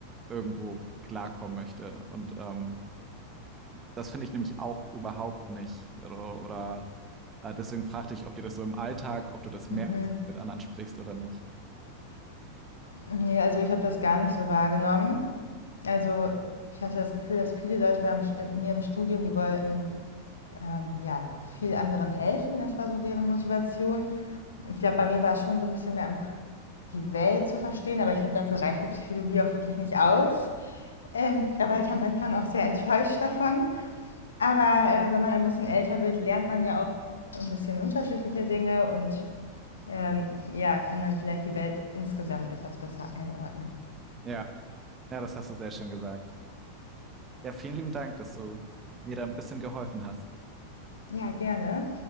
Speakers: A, on the right (about 20°); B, on the left (about 70°).
A: irgendwo klarkommen möchte. Und ähm, das finde ich nämlich auch überhaupt nicht. Oder, oder äh, deswegen fragte ich, ob dir das so im Alltag, ob du das merkst,
B: Mhm.
A: wenn du mit anderen sprichst oder nicht.
B: Nee, also ich habe das gar nicht so wahrgenommen. Also ich hatte das Gefühl, dass viele Leute bei mir im Studium, die wollten ähm, ja, viel anderen helfen. Das war so deren Motivation. Ich glaube, bei mir war es schon so ein bisschen mehr einfach die Welt zu verstehen, aber ich finde, dafür reicht die Psychologie auch wirklich nicht aus. Ähm, da war ich am Anfang auch sehr enttäuscht davon. Aber äh, wenn man ein bisschen älter wird, lernt man ja auch ein bisschen unterschiedliche Dinge und ähm, ja, kann dann vielleicht die Welt insgesamt etwas besser einordnen.
A: Ja, ja, das hast du sehr schön gesagt. Ja, vielen lieben Dank, dass du mir da ein bisschen geholfen hast.
B: Ja, gerne.